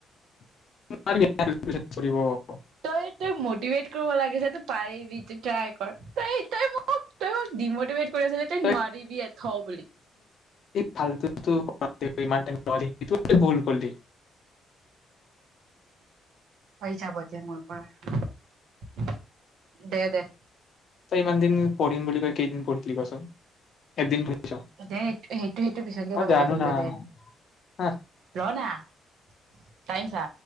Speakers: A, on the left; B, on the right.
A: <inaudible>
B: তই -তই মটিভেট কৰিব লাগিছে তই পাৰিবি তই ট্ৰাই কৰ তই -তই মোক তই মোক ডিমটিভেট কৰি আছ যে। তে
A: তই
B: নোৱাৰিব এ খও বুলি
A: ভাল টো টো ইমান টাইম ভুল কৰিলি।
B: পই যাবজ মোৰ পৰা দে, দে
A: তই ইমান দিন পঢ়িম বুলি কৈ কেইদিন পঢ়িছিলি কচোন এদিন পঢ়িছ
B: দে স সেইটো সেইটো পিছতকে
A: মই
B: কথা
A: জানো
B: পাতিম
A: না
B: দে দে
A: হা
B: ৰ নাইম চা